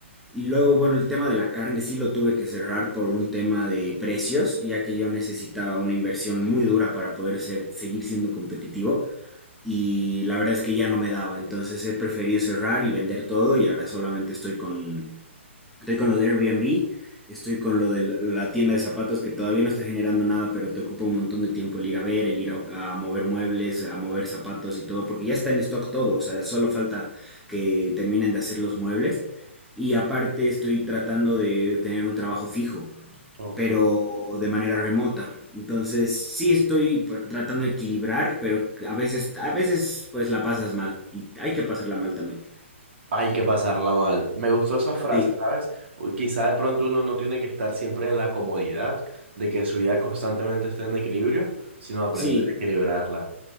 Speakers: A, in the centre; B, on the right.
A: Y luego, bueno, el tema de la carne sí lo tuve que cerrar por un tema de precios, ya que yo necesitaba una inversión muy dura para poder ser- seguir siendo competitivo. Y la verdad es que ya no me daba, entonces he preferido cerrar y vender todo y ahora solamente estoy con Estoy con lo de Airbnb, estoy con lo de la la tienda de zapatos que todavía no está generando nada, pero te ocupa un montón de tiempo el ir a ver, el ir a, a mover muebles, a mover zapatos y todo, porque ya está en stock todo, o sea, solo falta que terminen de hacer los muebles. Y aparte estoy tratando de tener un trabajo fijo,
B: ok.
A: pero de manera remota. Entonces, sí estoy pa- tratando de equilibrar, pero a veces, a veces pues la pasas mal y hay que pasarla mal también.
B: Hay que pasarla mal. Me gustó esa frase,
A: Sí,
B: ¿sabes? O Quizá de pronto uno no tiene que estar siempre en la comodidad de que su vida constantemente esté en equilibrio, sino aprender
A: sí,
B: a equilibrarla.